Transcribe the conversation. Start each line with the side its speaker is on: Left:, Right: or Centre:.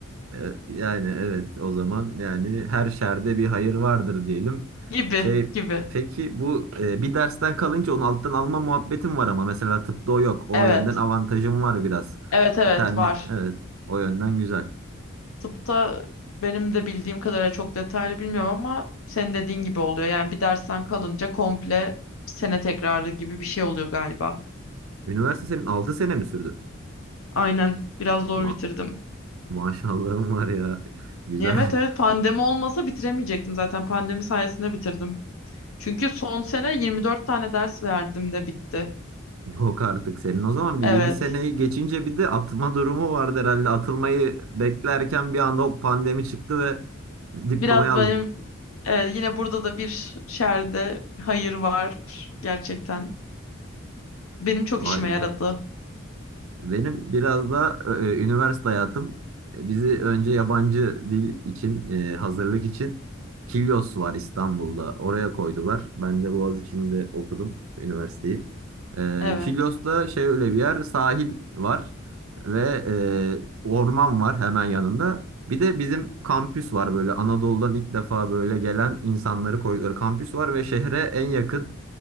Right: E, Yani evet o zaman yani her şerde bir hayır vardır diyelim.
Left: <laughs> Gibi
Right: Şey
Left: gibi.
Right: peki bu e, bir dersten kalınca onu alttan alma muhabbetim var ama mesela tıpta o yok. O
Left: Evet.
Right: yönden avantajım var biraz.
Left: Evet evet
Right: Bir tane
Left: var.
Right: evet o yönden güzel.
Left: Tıpta benim de bildiğim kadarıyla çok detaylı bilmiyorum ama senin dediğin gibi oluyor. Yani bir dersten kalınca komple sene tekrarı gibi bir şey oluyor galiba.
Right: Üniversite senin 6 sene mi sürdü?
Left: Aynen. Biraz zor
Right: Ma
Left: bitirdim.
Right: maşallahım var ya. <laughs> Güzel.
Left: Evet evet pandemi olmasa bitiremeyecektim zaten. Pandemi sayesinde bitirdim. Çünkü son sene 24 tane ders verdim de bitti.
Right: <laughs> Yok artık senin. O zaman bir
Left: Evet.
Right: 7 seneyi geçince bir de atma durumu vardı herhalde. Atılmayı beklerken bir anda o pandemi çıktı ve diplomayı
Left: Biraz
Right: aldın.
Left: benim e, yine burada da bir şerde hayır var gerçekten. Benim çok
Right: Vay
Left: işime
Right: be.
Left: yaradı.
Right: Benim biraz da e, e, üniversite hayatım e, bizi önce yabancı dil için e, hazırlık için Kilyos var İstanbul'da. Oraya koydular. Ben de Boğaziçi'nde okudum üniversiteyi. E,
Left: Evet.
Right: Kilyos'ta şey öyle bir yer sahil var ve e, orman var hemen yanında. Bir de bizim kampüs var böyle Anadolu'dan ilk defa böyle gelen insanları koydukları kampüs var ve şehre en yakın